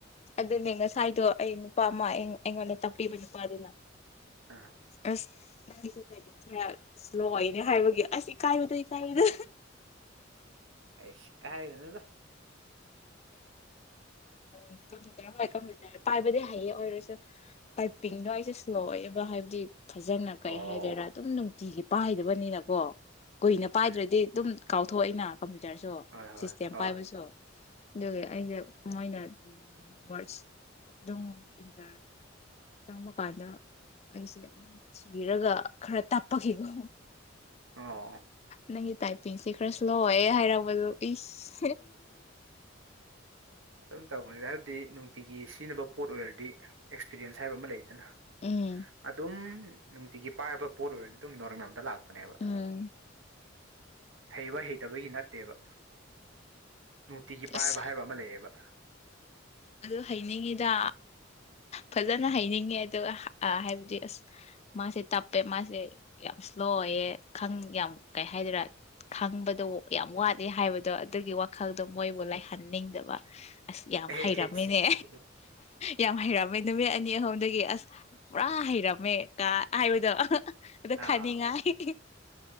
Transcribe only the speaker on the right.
ꯑꯥ
ꯑꯁꯤ ꯀꯥꯏ ꯅꯗ <inaudible>
ꯑꯣ
ꯎꯝ
ꯍꯣꯏ ꯍꯣꯏ
ꯍꯣꯏ ꯍꯣꯏ
ꯑꯣ
ꯑꯗꯨꯝ ꯇꯧꯕꯅꯤꯗ ꯍꯥꯏꯕꯗꯤ ꯅꯨꯡꯇꯤꯒꯤ ꯁꯤꯖꯤꯟꯅꯕ ꯄꯣꯠ ꯑꯣꯏꯔꯗꯤ ꯑꯦꯛꯁꯄꯤꯔꯤꯦꯟꯁ ꯍꯥꯏꯕ ꯑꯃ ꯂꯩꯗꯅ
ꯑꯗꯨꯝ ꯅꯨꯡꯇꯤꯒꯤ ꯄꯥꯏꯕ ꯄꯣꯠ ꯑꯣꯏꯔꯗꯤ ꯑꯗꯨꯝ ꯅꯣꯔꯦꯟ ꯂꯝꯝꯗ ꯂꯥꯛꯄꯅꯦꯕ
ꯍꯩꯕ ꯍꯩꯇꯕꯒꯤ ꯅꯠꯇꯦꯕ ꯅꯨꯡꯇꯤꯒꯤ ꯄꯥꯏꯕ
ꯍꯥꯏꯕ ꯑꯃ ꯂꯩꯑꯦꯕ
ꯑꯦ
ꯑꯦ,
ꯑꯦ,
ꯑꯥ